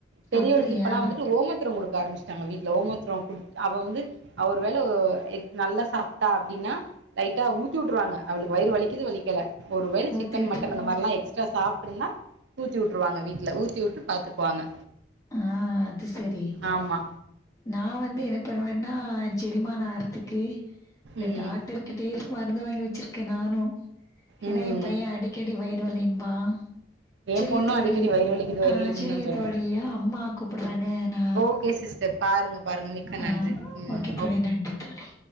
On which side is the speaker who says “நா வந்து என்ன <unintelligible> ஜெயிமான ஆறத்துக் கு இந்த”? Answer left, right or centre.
Left